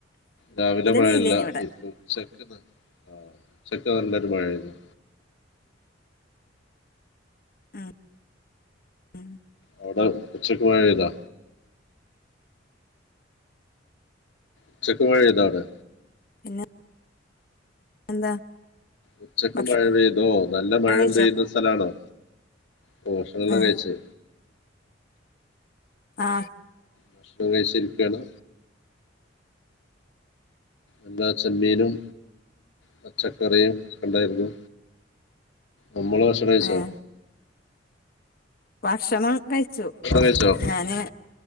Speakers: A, on the left (about 70°); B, on the left (about 50°).
A: രാവിലെ മഴല്ല
B: വെയിലേനി ഇവിടെ
A: ഇ ഉച്ച ആ ഉച്ചക്ക് നല്ലൊരു മഴയരുന്നു
B: ഉം ഉം
A: വടെ ഉച്ചക്ക് മഴ പെയ്താ? ഉച്ചക്ക് മഴ പെയ്താ അവടെ
B: പിന്നെ എന്താ
A: ഉച്ചക്ക്
B: ഭക്ഷണം
A: മഴ പെയ്തോ? നല്ല മഴേം
B: കഴിച്ചോ
A: പെയ്യുന്ന സ്ഥലാണോ? പോഷണള്ള
B: ആഹ്
A: കഴ്ച്ചേ
B: ആ
A: ഭക്ഷണം കഴ്ച്ച് ഇരിക്ക്യാണ് എന്താ ചെമ്മീനും പച്ചക്കറിയും ഒക്കണ്ടായിരുന്നു. നമ്മള് ഭഷണയ്ച്ചോ?
B: ഏഹ് ഭക്ഷണം കഴിച്ചു
A: കഴിച്ചോ
B: ഞാന്